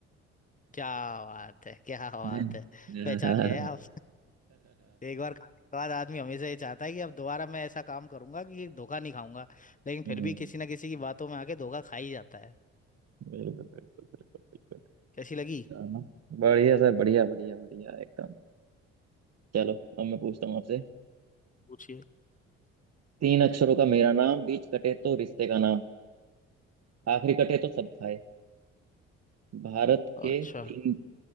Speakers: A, on the left (about 25°); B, on the right (about 50°).
A: क्या बात है क्या बात
B: है।
A: है
B: <laughs>
A: पहचान गए आप एक बार खाने के बाद आदमी हमेशा ये चाहता है कि अब दोबारा मैं ऐसा काम करूंगा कि धोखा नहीं खाऊंगा लेकिन फिर
B: हम्म,
A: भी किसी ना किसी की बातों में आके धोखा खा ही जाता है
B: बिल्कुल बिल्कुल बिल्कुल
A: कैसी लगी
B: बिल्कुल हाँ, बढ़िया सर बढ़िया बढ़िया बढ़िया एकदम चलो अब मैं पूछता हूँ आपसे
A: पूछिए
B: तीन अक्षरों का मेरा नाम बीच कटे तो रिश्ते का नाम आखिरी कटे तो सब खाए भारत के
A: अच्छा
B: तीन